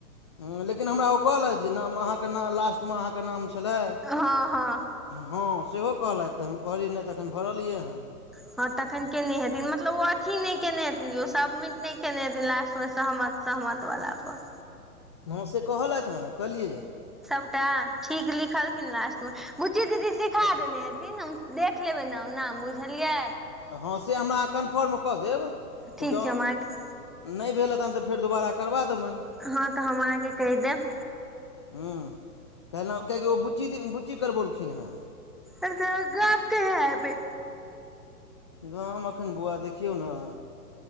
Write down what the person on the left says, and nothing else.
हुं लेकिन हमरा ओ कहलैथ जे नाम अहाँके नाम लास्टमे अहाँके नाम छलेहे।
हां सेहो कहलथि हे तऽ हम कहलियैन तखन भरलियै हं।
हां से कहलथि हैं केलियै ये।
हँ से हमरा कन्फर्म कऽ देब
तऽ जँ
नै भेल हैतैन तऽ फेर दोबारा करबा देबैनि।
हूँ फेर आहाँके किएकि ओ बुच्ची दी बुच्ची करबौलखिन हेंँ।
गांम एखन बौआ देखियौ नऽ।